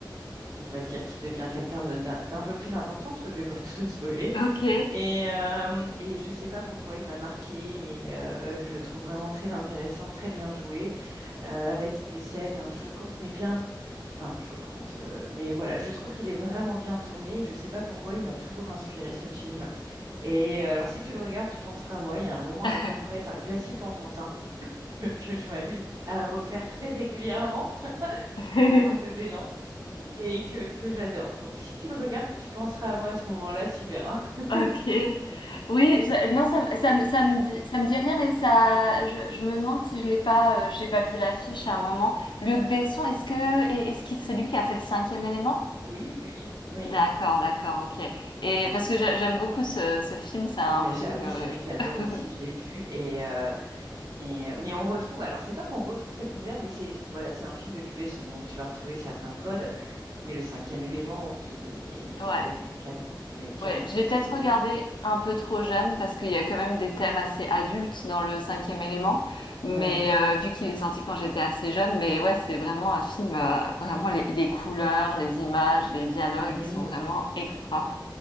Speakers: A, on the right; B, on the left.
A: on va dire, qui devient quelqu'un de- d'un d'un peu plus important, parce que je vais pas <laughs> tout te spoiler.
B: Ok.
A: Et, euh, et je sais pas pourquoi il m'a marqué et euh, je le trouve vraiment très intéressant, très bien joué, euh, avec des scènes hein, choquantes, mais bien, enfin choquantes, euh, mais voilà, je trouve qu'il est vraiment bien tourné. Je sais pas pourquoi il m'a toujours inspiré ce film. Et euh, alors, si tu le regardes, tu penseras à moi. Il y a un moment,
B: <laughs>
A: l'interprète, un classique enfantin <laughs> que je m'amuse à refaire très régulièrement, ce
B: Ok.
A: qui peut être un peu gênant, et que, que j'adore. Donc, si tu le regardes, tu penseras à moi à ce moment-là, tu verras. <laughs>
B: Ok. Oui, je- non, ça, me- ça, me- ça me dit, ça me dit rien, mais ça, je, je me demande si je l'ai pas, euh, j'ai pas vu l'affiche à un moment. Luc Besson, est-ce que, et- est-ce que c'est lui qui a fait le cinquième élément?
A: Oui, oui, oui. Oui.
B: D'accord, d'accord, ok. Et parce que j'a- j'aime beaucoup ce, ce film, c'est un
A: Mais
B: film,
A: j'a- oui,
B: euh,
A: c'est vrai que j'adore
B: <laughs>
A: aussi, je l'ai vu. Et, euh, et, euh, mais on retrouve, alors c'est pas qu'on retrouve cet univers, mais c'est voilà, c'est un film de Luc Besson, donc tu vas retrouver certains codes. Mais le cinquième élément, oui, il
B: ouais.
A: est, oui, il est canon. Il est canon,
B: Ouais, je
A: ça
B: l'ai peut-être
A: c'est.
B: regardé un peu trop jeune parce qu'il y a quand même des thèmes assez adultes dans le cinquième élément, mais
A: Ouais,
B: euh, vu qu'il est sorti quand j'étais assez jeune, mais ouais, c'est vraiment un film, euh, vraiment les, les couleurs, les images, les dialogues,
A: oui.
B: ils sont vraiment extra.